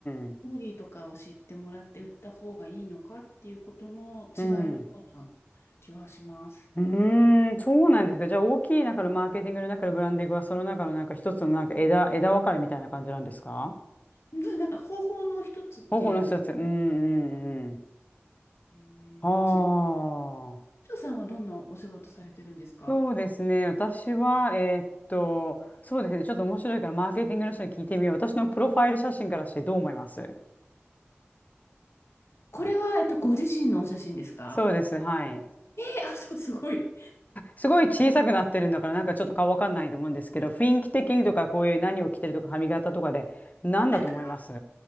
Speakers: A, on the left (about 40°); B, on the left (about 80°).
A: うん。
B: ストーリーとかを知ってもらって売った方がいいのかっていうことの違いのような気はします。
A: うん。うーん、そうなんですか。じゃあ、大きい中のマーケティングの中のブランディングは、その中のなんか一つのなんか枝、枝分かれみたいな感じなんですか
B: うんなんか方法の一つっていう
A: 方法の一つ。うん、うん、うん。
B: えー、
A: ああ。
B: ちなみにヒさんはどんなお仕事されてるんですか
A: そうですね。私は、えーっと、そうですね。ちょっと面白いから、マーケティングの人に聞いてみよう。私のプロファイル写真からしてどう思います
B: これは、えっと、ご自身のお写真ですか
A: そうです。はい。
B: え、あ、そう、すごい。
A: すごい小さくなってるんだから、なんかちょっと顔わかんないと思うんですけど、雰囲気的にとか、こういう何を着てるとか、髪型とかで、何だと思います
B: なんか、